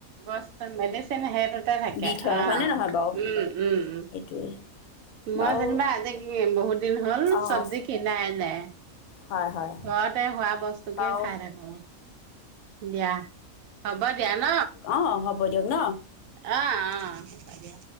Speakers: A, on the right; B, on the left.
A: বস্তু মেডিচিন সেইটোতে থাকে
B: দি থয়
A: অ
B: হয়নে নহয় বাৰু
A: উম উম উম
B: সেইটোৱে
A: মই
B: বাৰু
A: যেনিবা আজি বহুত দিন হ'ল
B: অঁ
A: চব্জি কিনাই নাই
B: হয় হয়
A: ঘৰতে হোৱা বস্তু তোকে
B: বাৰু
A: খাই থাকো, দিয়া হ'ব দিয়া ন।
B: অ' হ'ব দিয়ক ন।
A: অ'অ' হব দিয়া।